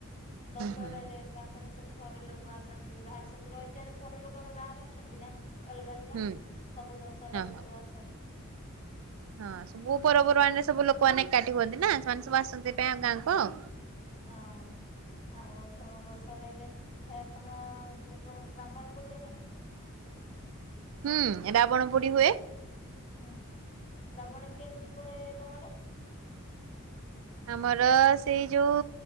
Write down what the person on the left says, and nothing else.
ଦଶହରାରେ
କସନଶି ସବୁ ଘର ଲୋକ ଆସନ୍ତି ବି ବାହାରେ ସବୁ ରହି ଘର ଲୋକ ଆମର ବାହାରେ ଅଛନ୍ତି ନା। ଅଲଗା ଅଲଗା
ସବୁ ଦଶହରାକୁୁ
ସବୁ ଆସନ୍ତି।
ହଁ। ଆଉ ତମ ଦଶହରରେ ତମ ଯୋଉ ରାବଣ ପୋଡିବ ନା?
ହୁ ରାବଣ କେମିତି ପୋଡାଯାଏ ତମର?